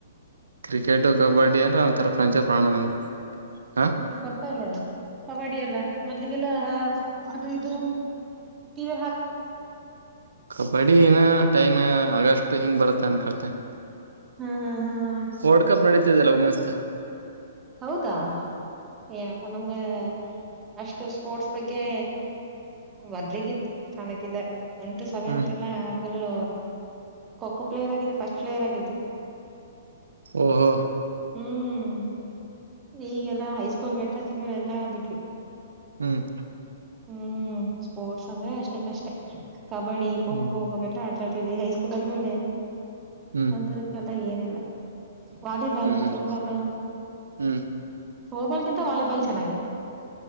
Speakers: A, on the right; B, on the right.
A: ಕ್ರಿಕೆಟು ಕಬಡ್ಡಿ ಅಂದ್ರೆ ಒಂಥರ ಪ್ರಂಚ ಪ್ರಾಣ ನನಗೆ ಹ
B: ಈಗ ಬರ್ತಾ ಇಲ್ಲಣ್ಣ ಕಬಡ್ಡಿ ಎಲ್ಲಾ ಮೊದ್ಲಿಗೆಲ್ಲ ಅದು ಇದು <unintelligible>
A: ಕಬಡ್ಡಿ ಇನ್ನೇ ಟೈಮ ಆಗಷ್ಟು ಹಿಂಗ್ ಬರುತ್ತೆ ಹಾಕೊತೀನಿ
B: ಹ್ಮ್ ಹ್ಮ್ ಹ್ಮ್
A: ವರ್ಲ್ಡ್ ಕಪ್ ನಡ್ತ ಅದೆಲ್ಲ ಮಸ್ತ
B: ಹೌದಾ ಏಪ್ಪ ನಮ್ಗೆ ಅಷ್ಟು ಸ್ಪೋರ್ಟ್ಸ್ ಬಗ್ಗೆ ಬದ್ಲಿಗಿತ್ತು ಚನ್ನಕಿದಳ್ ಒಂಟು ಸವೆಂತ್
A: ಹ್ಮ್
B: ಎಲ್ಲಾ ಫುಲ್ಲ ಖೋ ಖೋ ಪ್ಲೇಯರ್ ಆಗಿದ್ದೆ ಫಸ್ಟ್ ಪ್ಲೇಯರ್ ಆಗಿದ್ದೆ
A: ಓಹೋ
B: ಹ್ಮ್ ಈಗೆಲ್ಲಾ ಹೈಸ್ಕೂಲ್ ಬೆಟ್ಟ ಟೀಮರೆಲ್ಲಾ ಬಿಟ್ವಿ
A: ಹ್ಮ್
B: ಹ್ಮ್ ಸ್ಪೋರ್ಟ್ಸ್ ಅಂದ್ರೆ ಅಷ್ಟಕ್ಕಷ್ಟೇ ಕಬಡ್ಡಿ ಖೋಖೋ
A: ಹ್ಮ್
B: ಅವೆಲ್ಲ ಆ ಡ್ತಿದವಿ ಹೈ ಸ್ಕೂಲ್ ಆದ್ಮೇಲೆ
A: ಹ್ಮ್
B: ನಂತರ ಕೆಲಸ ಎಲ್ಲ ಏನಿಲ್ಲ ವಾಲಿಬಾಲ್
A: ಹ್ಮ್ ಹ್ಮ್
B: ತ್ರ್ರೋಬಾಲ್
A: ಹ್ಮ್
B: ತ್ರೋಬಾಲ್ ಕಿಂತ ವಾಲಿಬಾಲ್ ಚೆನ್ನಾಗೆ